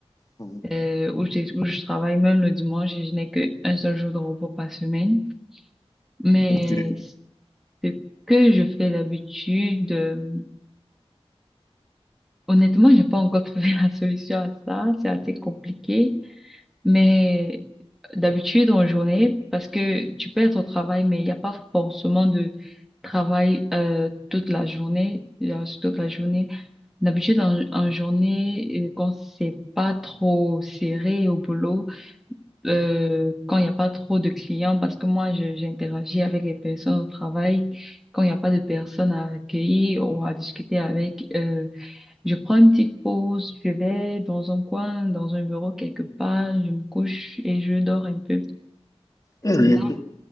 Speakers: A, on the left (about 35°); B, in the centre.
A: Mhm.
B: euh, où j'ai- où je travaille même le dimanche et je n'ai qu'un seul jour de repos par semaine. Mais
A: Ok.
B: ce que je fais d'habitude, euh, honnêtement, j'ai pas encore trouvé <laughs> la solution à ça. C'est assez compliqué. Mais d'habitude, en journée, parce que tu peux être au travail, mais il n'y a pas forcément de travail euh, toute la journée, euh, toute la journée. D'habitude, en, en journée, euh, quand c'est pas trop serré au boulot, euh, quand il n'y a pas trop de clients, parce que moi, je- j'interagis avec les personnes au travail. Quand il n'y a pas de personnes à accueillir ou à discuter avec, euh, je prends une petite pause, je vais dans un coin, dans un bureau quelque part, je me couche et je dors un peu.
A: Oui,
B: Là,